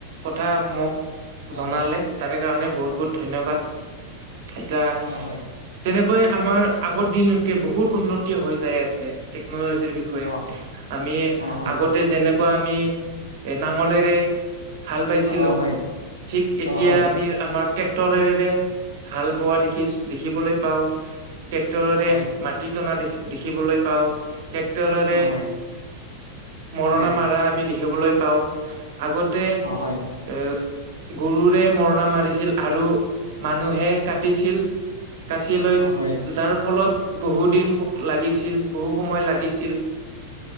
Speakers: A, on the right; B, on the left.
A: কথা মোক জনালে
B: অ হয়
A: তাৰে কাৰণে বহুত বহুত ধন্যবাদ। এতা
B: অ হয়
A: তেনেকৈ আমাৰ আগৰ দিনতকে বহুত উন্নতি হৈ যাই আছে টেক্নলজিৰ বিষয়ে।
B: অ
A: এ
B: অ হয়
A: আগতে যেনেকুৱা আমি এ নাঙলেৰে হাল বাইছিলো
B: অ হয়
A: ঠিক এতিয়া
B: অ হয়
A: আমিৰ আমাক ট্ৰেক্টৰেৰেৰে হাল বোৱা দেখি দেখিবলৈ পাওঁ, ট্ৰেক্টৰে
B: অ হয়
A: মা টি তনা দে দেখিবলৈ পাওঁ, ট্ৰেক্টৰেৰে
B: অ হয়
A: মৰণা
B: হয়
A: মাৰা আমি দেখিবলৈ পাও। আগতে এ
B: অ হয়
A: গৰুৰে মৰণা মাৰিছিল আৰু মানুহে কাটিছিল কাচিলৈ
B: অ হয়
A: যাৰ ফলত বহু দিন লাগিছিল বহু সময় লাগিছিল।